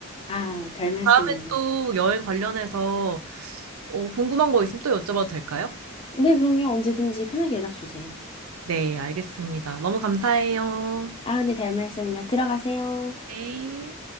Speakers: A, on the left; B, on the right.
A: 아, 별 말씀을요.
B: 다음에 또 여행 관련해서 어, 궁금한 거 있으면 또 여쭤봐도 될까요?
A: 네, 그럼요. 언제든지 편하게 연락 주세요.
B: 네, 알겠습니다. 너무 감사해요.
A: 아, 네, 별 말씀을요. 들어가세요.
B: 네.